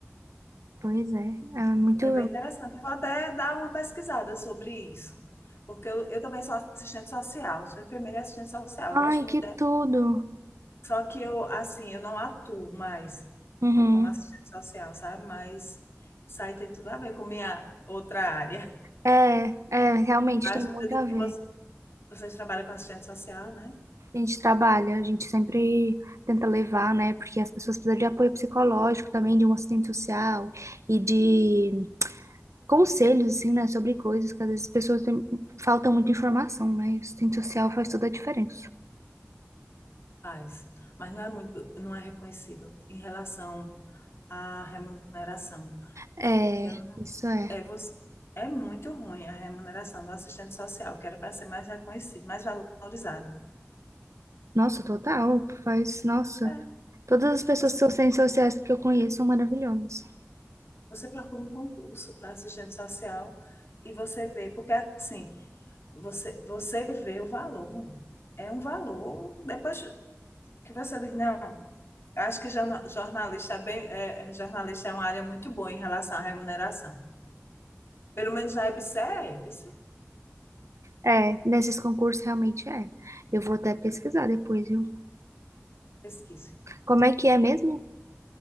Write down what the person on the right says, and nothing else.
Pois é, é muito.
Ai, que
tudo!
Uhum.
É, é, realmente
tem muito
a ver.
A gente trabalha, a gente sempre tenta levar, né? Porque as pessoas precisam de apoio psicológico também, de um assistente social e de conselhos, assim, né? Sobre coisas que às vezes as pessoas têm, falta muita informação, né? E o assistente social faz toda a diferença.
É,
isso é.
Nossa, total, faz, nossa.
Todas as pessoas
que são assistentes sociais que eu conheço são maravilhosas.
É, nesses concursos realmente é. Eu vou até pesquisar depois, viu?
Como é que é mesmo?